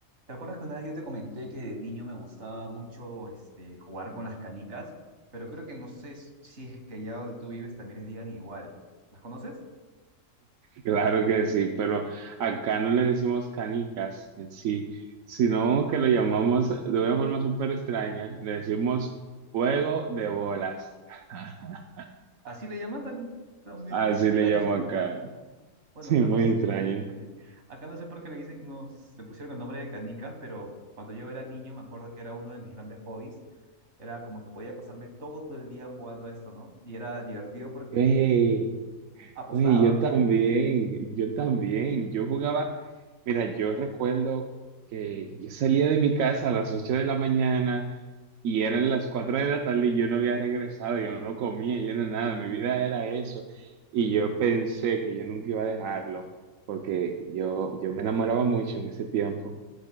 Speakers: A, on the right; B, on the right.
A: ¿Te acuerdas que una vez yo te comenté que de niño me gustaba mucho este, jugar con las canicas? Pero creo que no sé s- si es que allá donde tú vives también les digan igual. ¿Las conoces?
B: Claro que sí, pero acá no le decimos canicas en sí, sino que lo llamamos de una forma súper extraña, le decimos juego de bolas. <laughs>
A: Así le llaman, tan, tan medio,
B: Así
A: medio extraño
B: le llamo
A: ese nombre.
B: acá.
A: Bueno,
B: Sí,
A: acá
B: muy
A: no sé,
B: extraño.
A: <laughs> acá no sé por qué le dicen, nos le pusieron el nombre de canicas, pero cuando yo era niño me acuerdo que era uno de mis grandes hobbies. Era como que podía pasarme todo el día jugando a esto, ¿no? Y era divertido porque
B: Wey,
A: apostabas.
B: wey, yo también, yo también, yo jugaba, mira, yo recuerdo que yo salía de mi casa a las 8 de la mañana. Y eran las 4 de la tarde y yo no había regresado, yo no comía, yo no nada, mi vida era eso. Y yo pensé que yo nunca iba a dejarlo, porque yo, yo me enamoraba mucho en ese tiempo.